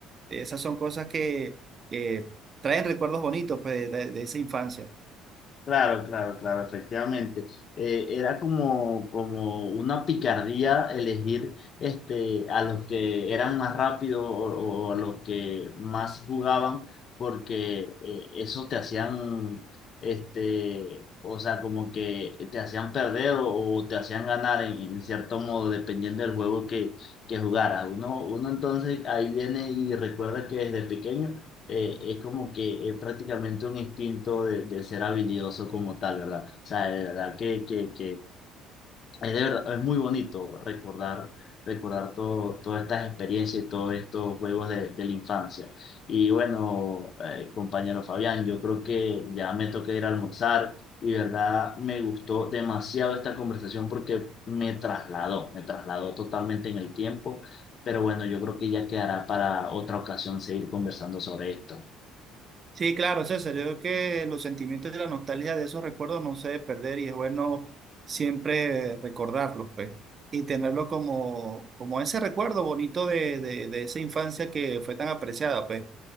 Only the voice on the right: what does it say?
Esas son cosas que, que traen recuerdos bonitos pues, de, de esa infancia.
Sí, claro, César, yo creo que los sentimientos de la nostalgia de esos recuerdos no se debe perder y es bueno siempre recordarlos, pues, y tenerlo como, como ese recuerdo bonito de, de, de esa infancia que fue tan apreciada, pues.